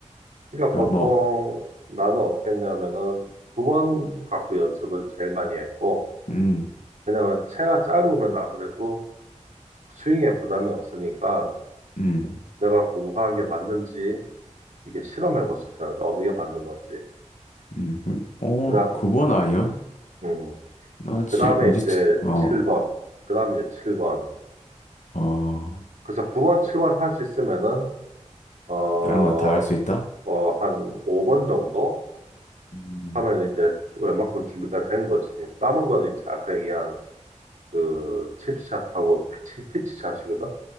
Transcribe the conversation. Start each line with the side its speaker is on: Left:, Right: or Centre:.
Right: 그러니까 보통
Left: 그러니까 뭐,
Right: 나는 어떻게 했냐면은 두 번 갖고 연습을 제일 많이 했고,
Left: 음,
Right: 왜냐면 채가 짧으면 아무래도 스윙에 부담이 없으니까,
Left: 음,
Right: 내가 공부한 게 맞는지 이게 실험해 볼 수 있잖아. 어느 게 맞는 건지.
Left: 음, 음. 어,
Right: 그다음,
Left: 9번 아이언?
Right: 음,
Left: 나는 칠
Right: 그다음에
Left: 뭐지?
Right: 이제
Left: 칠- 어,
Right: 7번. 그다음에 이제 7번.
Left: 어,
Right: 그래서 9번, 7번 할 수 있으면은 어,
Left: 다른 거 다 할 수 있다?
Right: 어, 한 5번 정도
Left: 음,
Right: 하면 이제 웬만큼 준비가 된 거지. 남은 거는 이제 아까 얘기한 그 칩샷하고 피치 피치샷이거든.